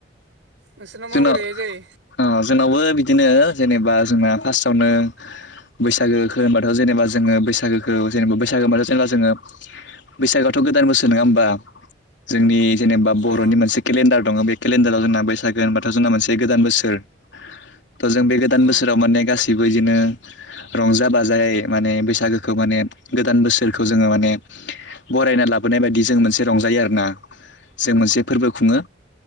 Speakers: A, on the right; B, on the left.
A: नोंसोरनाव
B: जोंनाव
A: माबोरैहाय जायो
B: ओ जोंनावबो बिदिनो जेनेबा जोंना फार्स्टावनो बैसागोखौ होनबाथ' जेनेबा जोङो बैसागोखौ जेनेबा बैसागो होनबाथ' जेनेबा जोङो बैसागआथ' गोदान बोसोर नङा होमबा जोंनि जेबा बर'नि
A: अ
B: मोनसे केलेन्डार दङ बे केलेन्डाराव जोंना बैसाग होनबाथ' जोंना मोनसे गोदान बोसोर थ' जों बे गोदान
A: अ
B: बोसोराव माने गासैबो बिदिनो रंजा बाजायै माने बैसागोखौ माने गोदान बोसोरखौ जोङो माने बरायना लाबोनाय बायदि जों मोनसे रंजायो आरोना जों मोनसे फोरबो खुङो